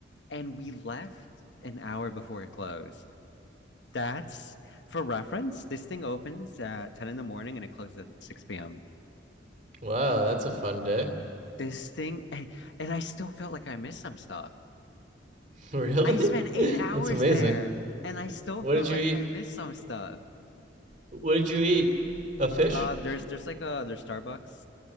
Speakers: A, on the left (about 70°); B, on the right (about 40°).
A: and we left an hour before it closed. That's for reference. This thing opens at 10 in the morning and it closes at 6 p.m.
B: wow, that's a fun day. <laughs>
A: This thing, and, and I still felt like I missed some stuff.
B: Really?
A: I spent eight
B: <laughs>
A: hours
B: That's amazing.
A: there and I still
B: What
A: felt
B: did you
A: like
B: eat?
A: I missed some stuff.
B: What did you eat? A fish?
A: Uh, there's there's like a there's Starbucks.